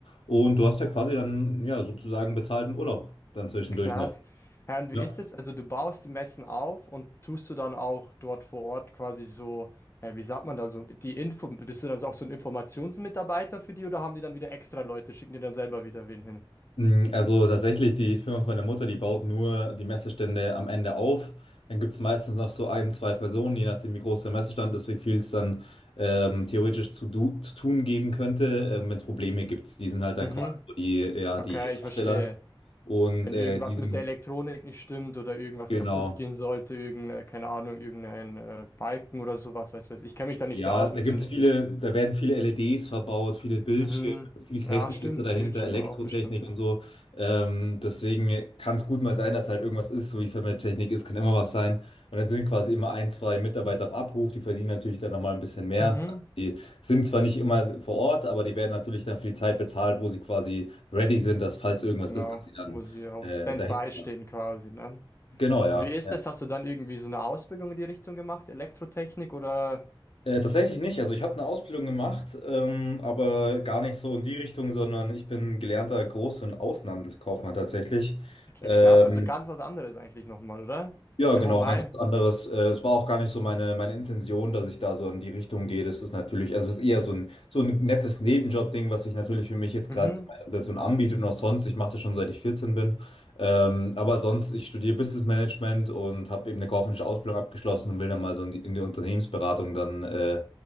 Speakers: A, on the left; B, on the left.
A: Und du hast ja quasi dann ja sozusagen bezahlten Urlaub dann zwischendurch
B: krass.
A: noch.
B: Ja, und
A: Ja.
B: wie ist es? Also du baust die Messen auf und tust du dann auch dort vor Ort quasi so, äh, wie sagt man da so, die Info, bist du dann so auch so ein Informationsmitarbeiter für die oder haben die dann wieder extra Leute, schicken dir dann selber wieder wen hin?
A: Mm, Also tatsächlich, die Firma von meiner Mutter, die baut nur die Messestände am Ende auf. Dann gibt es meistens noch so ein, zwei Personen, je nachdem, wie groß der Messestand ist, wie viel es dann ähm, theoretisch zu, du, zu tun geben könnte, ähm, wenn es Probleme gibt. Die sind halt dann
B: Mhm,
A: quasi so die, ja,
B: okay,
A: die
B: ich verstehe.
A: Absteller und
B: wenn
A: äh,
B: irgendwas
A: die sind,
B: mit der Elektronik nicht stimmt oder irgendwas
A: genau.
B: kaputt gehen sollte, irgendeine, keine Ahnung, irgendein äh, Balken oder sowas, weiß weiß ich. Ich kenne mich da nicht
A: Ja,
B: so aus
A: da
B: mit
A: gibt's
B: dem.
A: viele, da werden viele LEDs verbaut, viele Bildschirme,
B: Mhm.
A: viel Technik
B: Ja, stimmt,
A: ist da dahinter,
B: Bildschirme
A: Elektrotechnik
B: auch bestimmt.
A: und so. Ähm, deswegen kann es gut mal sein, dass halt irgendwas ist, so wie es halt mit Technik ist, kann immer was sein. Und dann sind quasi immer ein, zwei Mitarbeiter auf Abruf, die verdienen natürlich dann nochmal ein bisschen mehr.
B: Mhm.
A: Die sind zwar nicht immer vor Ort, aber die werden natürlich dann für die Zeit bezahlt, wo sie quasi ready sind, dass falls irgendwas
B: Genau,
A: ist, dass sie dann
B: muss ich auf
A: äh,
B: Standby
A: dahin
B: stehen
A: fahren.
B: quasi, ne?
A: Genau, ja.
B: Und wie ist
A: ja.
B: das? Hast du dann irgendwie so eine Ausbildung in die Richtung gemacht, Elektrotechnik oder?
A: Äh, tatsächlich nicht. Also ich habe eine Ausbildung gemacht, ähm, aber gar nicht so in die Richtung, sondern ich bin gelernter Groß- und Außenhandelskaufmann tatsächlich.
B: Okay, krass,
A: Ähm,
B: also ganz was anderes eigentlich nochmal, oder?
A: ja, genau,
B: Ja, wobei.
A: ganz was anderes. Äh, Es war auch gar nicht so meine, meine Intention, dass ich da so in die Richtung gehe. Das ist natürlich, also es ist eher so ein, so ein nettes Nebenjob-Ding, was sich natürlich für mich jetzt
B: Mhm.
A: gerade in meiner Situation anbietet und auch sonst. Ich mache das schon seit ich 14 bin. Ähm, aber sonst, ich studiere Business Management und habe eben eine kaufmännische Ausbildung abgeschlossen und will dann mal so in die, in die Unternehmensberatung dann äh,